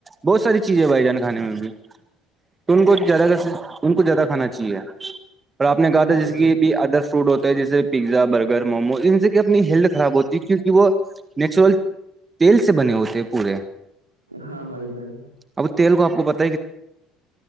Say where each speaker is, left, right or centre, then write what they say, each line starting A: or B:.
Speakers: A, on the right; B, on the right.
A: بہت ساری چیزیں بھائی جان کھانے میں بھی تو ان کو زیادہ ان کو زیادہ کھانا چاہیے اور آپ نے کہا تھا
B: ہاں
A: جسے
B: بھائی جان
A: کہ ادر فروڈ ہوتے ہیں جیسے پیزا برگر مومو انن سے کہ اپنی ہیلتھ خراب ہوتی جی کیونکہ وہ نیچرل تیل سے بنے ہوتے ہیں پورے
B: ہاں بھائی جان
A: اب تیل کو آ کوتا <inaudible>